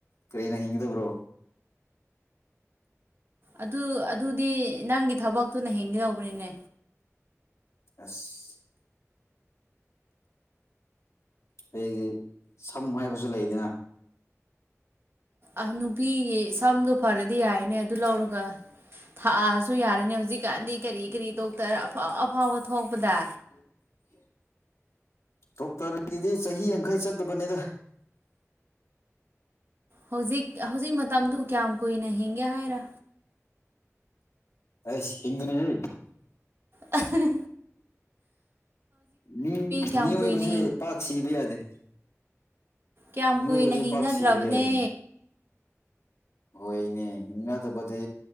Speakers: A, on the left; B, on the right.
A: ꯀꯔꯤꯅ ꯍꯤꯡꯒꯗꯕ꯭ꯔꯣ
B: ꯑꯗꯨ ꯑꯗꯨꯗꯤ ꯅꯪꯒꯤ ꯊꯕꯛꯇꯨꯅ ꯍꯦꯡꯒꯦꯗꯧꯕꯅꯤꯅꯦ
A: ꯑꯁ ꯑꯩꯗꯤ ꯁꯝ ꯍꯥꯏꯕꯁꯨ ꯂꯩꯗꯅ
B: ꯑ ꯅꯨꯄꯤꯒꯤ ꯁꯝꯗꯣ ꯐꯔꯗꯤ ꯌꯥꯏꯅꯦ ꯑꯗꯨ ꯂꯧꯔꯒ ꯊꯥꯛꯑꯁꯨ ꯌꯥꯔꯅꯤ ꯍꯧꯖꯤꯛꯀꯥꯟꯗꯤ ꯀꯔꯤ ꯀꯔꯤ ꯗꯣꯛꯇꯔ ꯑꯐꯥꯎ ꯑꯐꯥꯎꯕ ꯊꯣꯛꯄꯗ
A: ꯑ <inaudible> ꯗꯣꯛꯇꯔꯒꯤꯗꯤ ꯆꯍꯤ ꯌꯥꯡꯈꯩ ꯆꯠꯇꯕꯅꯤꯗ
B: ꯍꯧꯖꯤꯛ ꯍꯧꯖꯤꯛ ꯃꯇꯝꯗꯨ ꯀꯌꯥꯝ ꯀꯨꯏꯅ ꯍꯤꯡꯒꯦ ꯍꯥꯏꯔ
A: ꯑꯁ ꯍꯤꯪꯒꯅꯤꯍꯦ
B: ꯑ <unintelligible>
A: ꯃꯤ
B: ꯀꯌꯥꯝ
A: ꯃꯤꯏꯕꯁꯦ
B: ꯀꯨꯏꯅ
A: ꯄꯥꯛ ꯁꯤꯕ ꯌꯥꯗꯦ
B: ꯌꯥꯝ
A: ꯃꯤꯑꯣꯏꯕꯁꯦ
B: ꯀꯨꯏꯅ ꯍꯤꯡꯅꯗ꯭ꯔꯕꯅꯦ
A: ꯄꯥꯛ ꯁꯤꯕ ꯌꯥꯗꯦ ꯍꯣꯏꯅꯦ ꯍꯤꯡꯅꯗꯕꯗꯤ